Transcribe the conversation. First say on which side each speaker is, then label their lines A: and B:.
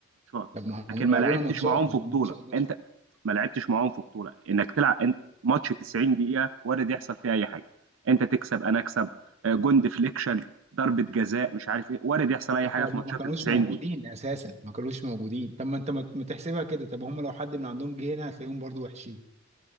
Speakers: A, on the right; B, on the right.
A: شاط
B: طب ما
A: لكن
B: هم
A: ما
B: لعبونا
A: لعبتش
B: ماتشات
A: معاهم في
B: ما
A: بطوله
B: هم ماتشات
A: انت ما لعبتش معاهم في بطوله انك تلعب انت ماتش 90 دقيقه وارد يحصل فيها اي حاجه انت تكسب انا اكسب آه، جون ديفليكشن ضربه جزاء مش عارف ايه وارد يحصل اي حاجه
B: او
A: في
B: هم
A: ماتشات
B: ما كانوش
A: ال 90
B: موجودين
A: دقيقه
B: اساسا ما كانوش موجودين طب ما انت ما ما تحسبها كده طب هم لو حد من عندهم جه هنا هتلاقيهم برضو وحشين